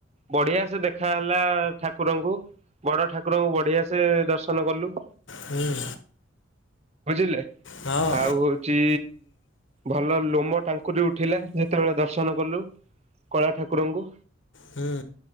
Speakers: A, on the right; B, on the left.
A: ବଢିଆ ସେ ଦେଖା ହେଲା ଠାକୁରଙ୍କୁ, ବଡ ଠାକୁରଙ୍କୁ ବଢିଆ ସେ ଦର୍ଶନ କଲୁ
B: ହୁଁ।
A: ବୁଝିଲେ,
B: ହଁ
A: ଆଉ ହ ଉଚି ଭଲ ଲୋମ ଟାଙ୍କୁରି ଉଠିଲା, ଯେତେବେଳେ ଦର୍ଶନ କଲୁ କଳା ଠାକୁରଙ୍କୁ।
B: ହୁଁ